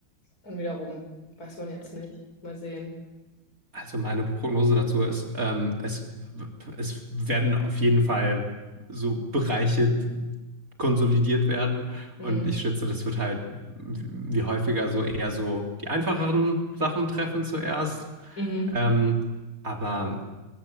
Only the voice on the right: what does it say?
Also meine Prognose dazu ist, ähm, es, es werden auf jeden Fall so Bereiche konsolidiert werden.
Und ich schätze, das wird halt wie häufiger so eher so die einfacheren Sachen treffen zuerst.
Ähm, aber